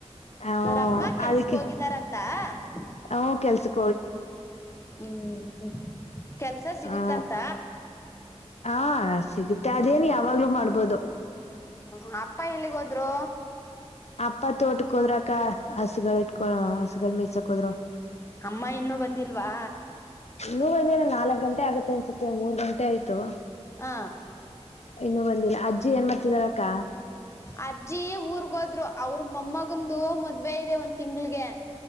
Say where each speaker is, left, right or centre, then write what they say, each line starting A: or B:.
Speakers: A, on the left; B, on the left.
A: ಹ
B: ಅವ್ರಪ್ಪ ಕೆಲ್ಸಕ್
A: ಅದಕ್ಕೆ
B: ಹೋಗಿದಾರಂತ <unintelligible>
A: ಹ ಕೆಲ್ಸ <unintelligible>
B: ಹ್ಮ್ ಕೆಲ್ಸ ಸಿಗುತ್ತಂತ
A: ಹ ಹಾ ಸಿಗುತ್ತೆ ಅದೇನ್ ಯಾವಾಗ್ಲೂ ಮಾಡ್ಬೋದು
B: ಹ ಅಪ್ಪ ಎಲ್ಲಿಗೆ ಹೋದ್ರು
A: ಅಪ್ಪ ತೋಟಕ್ಕೆ ಹೋದ್ರಕ್ಕ ಹಸುಗಳ ಇಟ್ಕೊ ಹಸುಗಳು ಮೀಸಾಕ್ ಹೋದ್ರು-
B: ಅಮ್ಮ ಇನ್ನು ಬಂದಿಲ್ವಾ
A: ನೀಂದ ನಾಲ್ಕಗಂಟೆ ಆಗತ್ತೆ ಅನ್ಸುತ್ತೆ ಮೂರ್ ಗಂಟೆ ಆಯ್ತು
B: ಹಾ
A: ಇನ್ನು ಬಂದಿಲ್ಲ ಅಜ್ಜಿ ಏನ್ ಮಾಡ್ತಿದಾರ ಅಕ್ಕ
B: ಅಜ್ಜಿ ಊರ್ಗೋದ್ರು ಅವ್ರ ಮಮ್ಮಗಂದು ಮದ್ವೆ ಇದೆ ಒಂದ್ ತಿಂಗಳಗೆ